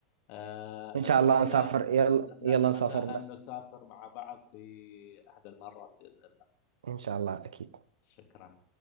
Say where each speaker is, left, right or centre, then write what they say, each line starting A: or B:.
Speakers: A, on the left; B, on the right.
A: آه،
B: ان شاء
A: نتمنى
B: الله نسافر يلا
A: نتمنى
B: يلا نسافر
A: أن
B: مع...
A: نسافر مع بعض في أحد المرات بإذن الله
B: ان شاء الله اكيد
A: شكرا